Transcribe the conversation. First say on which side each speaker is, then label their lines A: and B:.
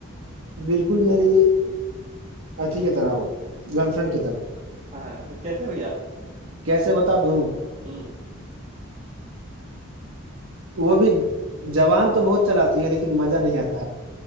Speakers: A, on the right; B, on the right.
A: بالکل میری اچھی کی طرح ہو گرل فرینڈ کی طرح
B: ہاں ہاں تو کیسے میں گیا
A: کیسے بتا دوں
B: ہ
A: وہ بھی زبان تو بہت چلاتی ہے لیکن مزہ نہیں آتا ہے